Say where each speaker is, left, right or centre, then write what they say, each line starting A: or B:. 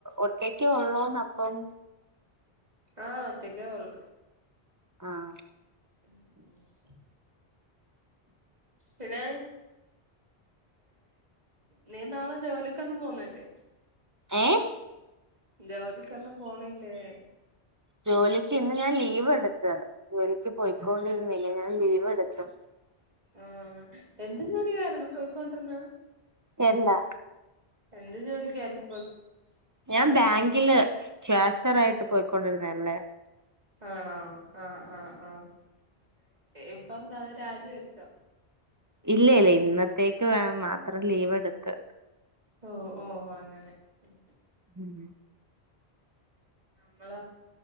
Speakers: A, on the right (about 20°); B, on the right (about 40°).
A: ഒറ്റെക്കെയൊള്ളോന്ന് അപ്പം.
B: ആഹ് ഒറ്റക്കേ ഒള്ള്‌
A: ആഹ്
B: <unintelligible> പിന്നെ നീ നാളെ ജോലിക്കൊന്നും പോന്നില്ലേ?
A: ഏഹ്?
B: ജോലിക്കൊന്നും പോണില്ലേ.
A: ജോലിക്ക് ഇന്ന് ഞാൻ ലീവെടുത്തു. ജോലിക്ക് പോയ്ക്കൊണ്ടിരുന്നില്ലേ.
B: ഉം
A: ഞാ ൻ ലീവെടുത്തു.
B: ആഹ് എന്ത് ജോലിക്കാരുന്ന് പോയ്ക്കൊണ്ടിരുന്നേ?
A: എന്താ
B: എന്ത് ജോലിക്കാരുന്നു?
A: ഞാൻ ബാങ്കില് ക്യാഷെറ് ആയിട്ട് പോക്കൊണ്ടിരുന്നല്ലേ.
B: ആണോ ആഹ് ആഹ് ആഹ് ഇപ്പൊ എന്താ അത് രാജി വെച്ചോ.
A: ഇല്ല ഇല്ല ഇന്നത്തേക്ക് വേൻ മാത്രം ലീവ് എടുത്ത്.
B: ഓ ഓ അങ്ങനെ. ഉം
A: ഉം
B: നമ്മള